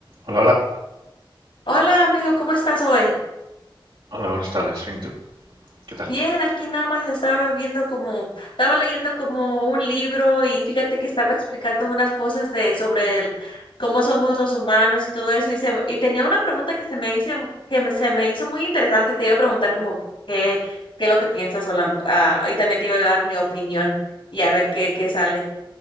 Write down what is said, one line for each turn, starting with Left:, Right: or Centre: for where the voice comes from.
Right: Hola, hola.
Left: Hola amigo, ¿cómo estás hoy?
Right: Hola, buenas tardes. Bien, tú? ¿Qué tal?
Left: Bien, aquí nada más estaba viendo como, estaba leyendo como un libro y fíjate que estaba explicando unas cosas de sobre el- cómo somos los humanos y todo eso y, se- m- y tenía una pregunta que se me hizo, que me- se me hizo muy interesante, te iba a preguntar como qué, qué es lo que piensas o la- ah, y también te iba a dar mi opinión y a ver qué, qué sale.